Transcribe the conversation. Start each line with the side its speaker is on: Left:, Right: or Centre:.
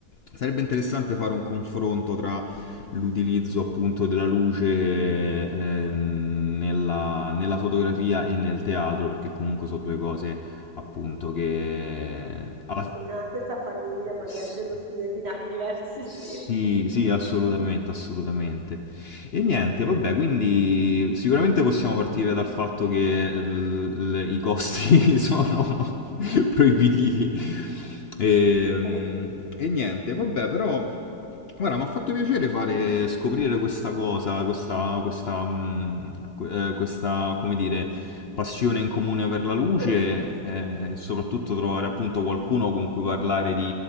Left: sarebbe interessante fare un confronto tra l'utilizzo appunto della luce ehm, nella, nella fotografia e nel teatro, perché comunque sono due cose appunto che alla-
Right: Sono nella stessa famiglia, ma
Left: S-
Right: viaggiano su due binari diversi, sì.
Left: Sì,
Right: Eh
Left: sì, assolutamente, assolutamente. E niente, vabbè, quindi sicuramente possiamo partire dal fatto che l- l- i costi <laughs> sono <laughs> proibitivi. Ehm,
Right: sì,
Left: E, niente, vabbè, però, guarda, mi ha fatto piacere fare scoprire questa cosa, questa, questa, mm, que- eh, questa, come dire, passione in comune per la luce,
Right: un computer.
Left: eh, e soprattutto trovare appunto qualcuno con cui parlare